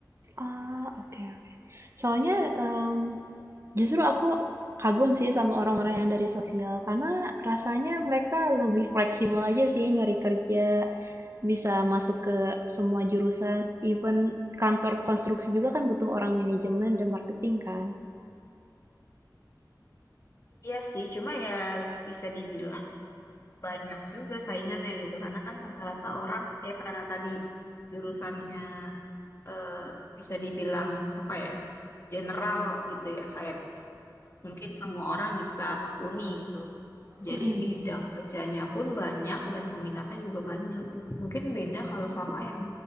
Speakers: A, on the right; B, on the left.
A: Oh, oke oke. Soalnya, mmm, Justru aku kagum sih sama orang-orang yang dari sosial, karena rasanya mereka lebih fleksibel aja sih nyari kerja, bisa masuk ke semua jurusan, even kantor konstruksi juga kan butuh orang manajemen dan marketing kan.
B: Iya sih, cuma ya bisa dibilang banyak juga saingannya gitu karena kan rata-rata orang ya karena tadi jurusannya eh, bisa dibilang apa ya general gitu ya kayak mungkin semua orang bisa tekuni gitu. Jadi
A: Mm-mm.
B: bidang kerjanya pun banyak dan peminatnya juga banyak gitu. Mungkin beda kalau sama yang